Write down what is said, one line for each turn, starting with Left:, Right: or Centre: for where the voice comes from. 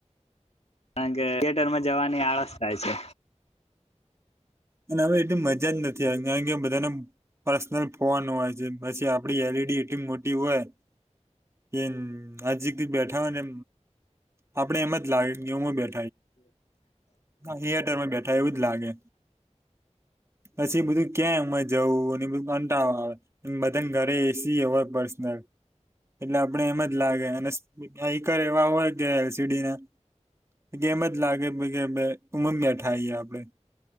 Left: કારણ કે થિયેટર માં જવાની આળસ થાય છે.
Right: અને હવે એટલી મજા જ નથી આવી કારણ કે બધાને પર્સનલ ફવાનું હોય પછી આપડી એલઈડી એટલી મોટી હોય કે આજી બેઠા હોય ને આપણે એમ જ લાગે હું. બે હ થિયેટરમાં બેઠ. થ એવું જ લાગે. પછી બધું ક્યાં ઉમર જવું બધું કંટા આવે બધાન ઘરે એસી હોય પર્સનલ. એટલે આપડે એમ જ લાગે અને આઈકર એવા હોય કે એલસીડી ના કે એમ જ લાગે કે ઉમમ્યાઠાઈએ આપડે.